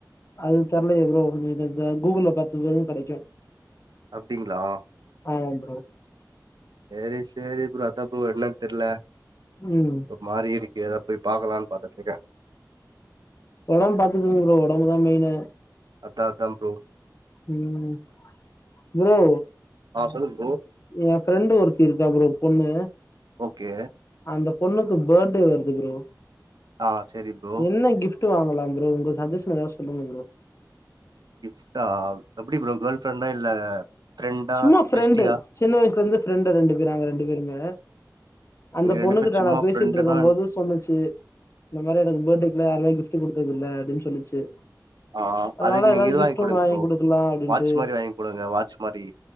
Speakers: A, on the left; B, on the right.
A: அது தெர்லயே ப்ரோ நீங்க இந்த கூகுள்ல பாத்து பாருங்க கெடைக்கு
B: அப்டிங்ளா
A: ஆமா ப்ரோ
B: சேரி சேரி ப்ரோ அதா ப்ரோ என்னன்னு தெர்ல
A: ம்
B: ஒரு மாரி இருக்கு ஏதா போய் பாக்கலான்னு பாத்துட்டு இருக்கே
A: ஒடம்ப பாத்துக்கோங்க ப்ரோ ஒடம்புதா மெயினு
B: அதா அதா ப்ரோ
A: ம், ப்ரோ
B: ஆ சொல்லுங்
A: எ ஃப்ரெண்டு ஒருத்தி இருக்கா ப்ரோ பொண்ணு
B: ஓகே
A: அந்த பொண்ணுக்கு பர்த்டே வருது ப்ரோ,
B: ஆ சரி ப்ரோ
A: என்ன கிஃப் ட்டு வாங்கலா ப்ரோ? உங்க சஜஷன் ஏதாவது சொல்லுங்க ப்ரோ
B: கிஃப்ட்டா எப்டி ப்ரோ கேர்ள் ஃப்ரெண்டா இல்ல ஃப்ரெண்டா
A: சும்மா ஃப்ரெண்டு
B: பெஸ்ட்டியா
A: சின்ன வயசுல இருந்து ஃப்ரெண்டு ரெண்டு பேரு நாங்க ரெண்டு பேருமே அந்த
B: நீங்க ரெண்டு
A: பொண்ணு
B: பேர்
A: கிட்ட
B: சும்மா
A: நா பேசிட்டு
B: ஃப்ரெண்டுனா
A: இருக்கும் போது சொல்லுச்சு இந்த மாரி எனக்கு பர்த்டேக்குலா யாருமே கிஃப்ட் குடுத்தது இல்ல அப்டின்னு சொல்லிச்சு
B: ஆ
A: அதனால
B: அதுக்கு நீங்க
A: ஏதாவது
B: இது
A: கிஃப்ட்
B: குடுங்க
A: ஒன்னு வாங்கி
B: ப்ரோ
A: குடுக்கலா அப்டின்ட்டு
B: வாட்ச் மாரி வாங்கி குடுங்க வாட்ச் மாரி